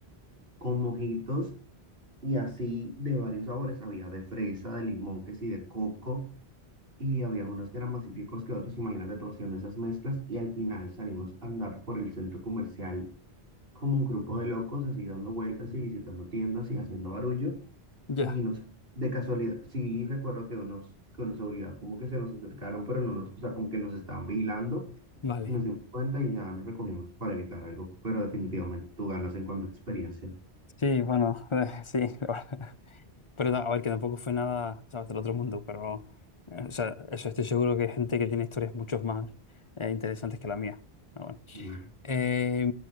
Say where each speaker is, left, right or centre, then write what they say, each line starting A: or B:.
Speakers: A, on the right; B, on the left.
A: con mojitos y así de varios sabores, había de fresa, de limón, que sí, de coco. y había unos que eran más cítricos que otros, imagínate tú haciendo esas mezclas y al final salimos a andar por el centro comercial como un grupo de locos, así dando vueltas y visitando tiendas y haciendo barullo
B: Ya,
A: y nos, de casualidad, sí recuerdo que unos, que unos seguridad como que se nos acercaron, pero no nos, o sea, como que nos estaban vigilando
B: vale.
A: y nos dimos cuenta y ya nos recogimos para evitar algo, pero definitivamente tú ganas en cuanto a experiencia.
B: Sí, bueno, <laughs> eh, sí. la verdad. <laughs> Pero ta- a ver, que tampoco fue nada, ¿sabes? del otro mundo, pero eh, o sea, eso estoy seguro que hay gente que tiene historias mucho más eh, interesantes que la mía. Pero bueno.
A: Mm,
B: Eh,